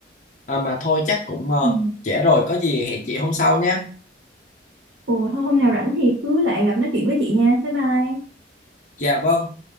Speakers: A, on the left; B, on the right.
A: à, mà thôi chắc cũng ờ,
B: Ừ.
A: trễ rồi có gì hẹn chị hôm sau nhé
B: Ồ, thôi hôm nào rảnh thì cứ lại gặp nói chuyện với chị nha. Bye bye.
A: dạ vâng